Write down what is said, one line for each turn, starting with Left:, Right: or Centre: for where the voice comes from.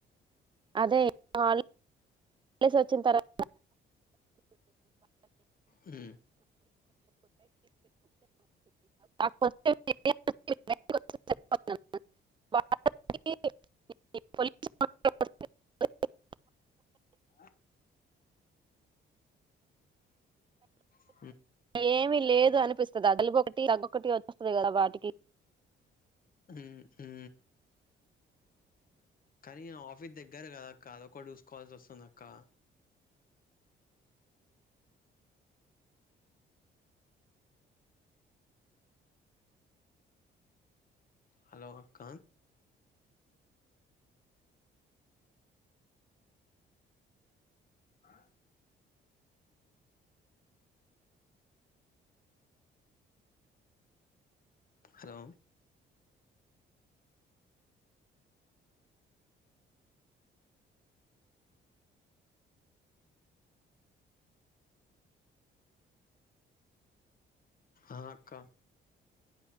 Right: అదే హాలిడేస్ వచ్చిన తర్వాత
Left: ఉ
Right: <inaudible> <inaudible>
Left: ఆ ఉ
Right: ఏమి లేదు అనిపిస్తుంది జలుబు ఒకటి దగ్గు ఓకటి వచ్చస్తుంది కదా వాటికి
Left: ఉ ఊ కానీ ఆఫీస్ దగ్గర కదక్క అదొకటి చూసుకోవాల్సి వస్తుంది అక్క హలో అక్క ఆ హలో ఆ అక్క